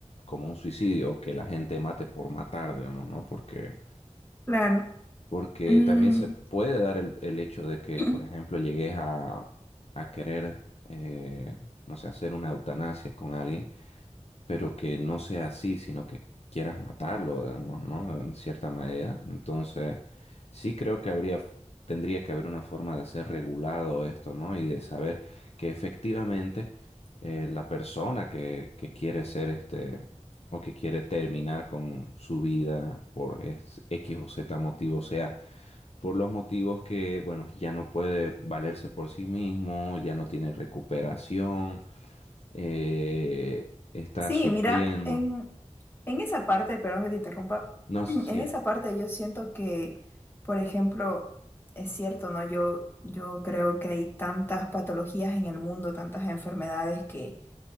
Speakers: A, on the left; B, on the left.
A: como un suicidio o que la gente mate por matar, digamos, ¿no? Porque,
B: claro.
A: porque
B: Mm.
A: también se puede dar el, el hecho de que,
B: <clears throat>
A: por ejemplo, llegues a, a querer, eh, no sé, hacer una eutanasia con alguien pero que no sea así, sino que quieras matarlo, digamos, ¿no? En cierta medida. Entonces, sí creo que habría, tendría que haber una forma de ser regulado esto, ¿no? Y de saber que efectivamente eh, la persona que, que quiere ser este, o que quiere terminar con su vida por es- X o Z motivo, sea por los motivos que, bueno, ya no puede valerse por sí mismo, ya no tiene recuperación, eh, está
B: Sí,
A: sufriendo.
B: mira, en, en esa parte, perdón que te interrumpa, <clears throat>
A: No
B: en
A: sé si...
B: esa parte yo siento que, por ejemplo, es cierto, ¿no? Yo, yo creo que hay tantas patologías en el mundo, tantas enfermedades que